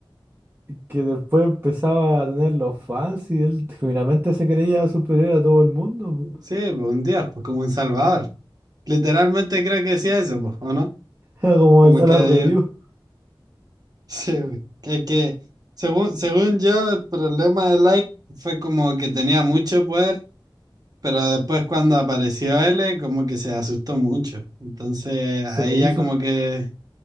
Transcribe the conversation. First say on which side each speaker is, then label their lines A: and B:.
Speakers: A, on the right; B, on the right.
A: Que después empezaba a tener los fans y él genuinamente se creía superior a todo el mundo, po.
B: Sí, pues un dios, pues como un salvador. Literalmente creo que decía eso, pues, ¿o no?
A: Era como
B: Como
A: el Dallas
B: que
A: Review.
B: Sí, güey, que, que según, según yo, el problema de Like fue como que tenía mucho poder, pero después cuando apareció L, como que se asustó mucho. Entonces ahí
A: Se le
B: ya
A: hizo,
B: como que,